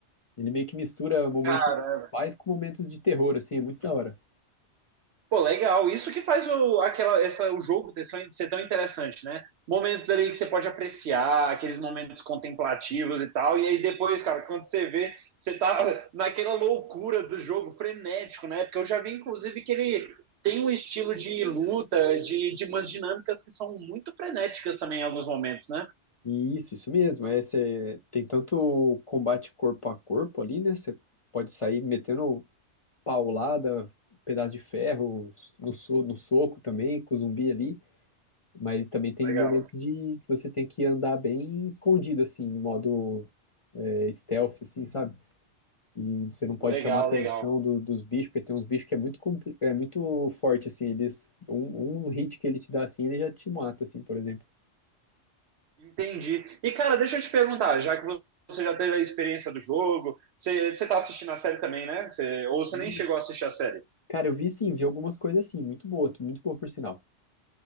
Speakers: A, on the left (about 40°); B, on the right (about 70°).
A: Ele meio que mistura momentos
B: Caramba.
A: de paz com momentos de terror, assim, é muito da hora.
B: Pô, legal. Isso que faz o, aquela, essa, o jogo ter, são- ser tão interessante, né? Momentos ali que você pode apreciar, aqueles momentos contemplativos e tal. E aí depois, cara, quando você vê, você tá <laughs> naquela loucura do jogo, frenético, né? Porque eu já vi, inclusive, que ele tem um estilo de luta, de, de umas dinâmicas que são muito frenéticas também em alguns momentos, né?
A: E isso, isso mesmo. É, cê- tem tanto combate corpo a corpo ali, né? Você pode sair metendo paulada, pedaço de ferro, no, so- no soco também, com o zumbi ali. Mas também tem
B: Legal.
A: momentos de que você tem que andar bem escondido, assim, no modo é, stealth, assim, sabe? E você não pode
B: Legal,
A: chamar a atenção
B: legal.
A: do- dos bichos, porque tem uns bichos que é muito, compli- é muito forte, assim, eles, um, um hit que ele te dá, assim, ele já te mata, assim, por exemplo.
B: Entendi. E, cara, deixa eu te perguntar, já que você já teve a experiência do jogo, você, você tá assistindo a série também, né? Você- ou você
A: Isso.
B: nem chegou a assistir a série?
A: Cara, eu vi sim, vi algumas coisas assim, muito boa, muito boa por sinal.